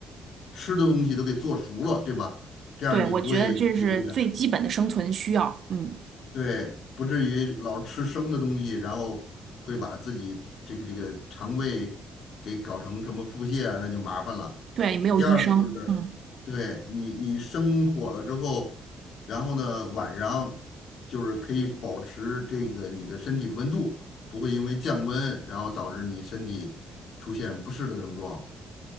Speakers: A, on the left (about 65°); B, on the right (about 60°).
A: 吃的东西都给做熟了，对吧？这样你不会这个这个
B: 对，我觉得这是最基本的生存需要。嗯，
A: 对，不至于老吃生的东西，然后会把自己这个这个肠胃给搞成什么腹泻啊，那就麻烦了。
B: 对，没有医生，
A: 第二个就是，
B: 嗯
A: 对你你生火了之后，然后呢晚上就是可以保持这个你的身体的温度，不会因为降温然后导致你身体出现不适的症状。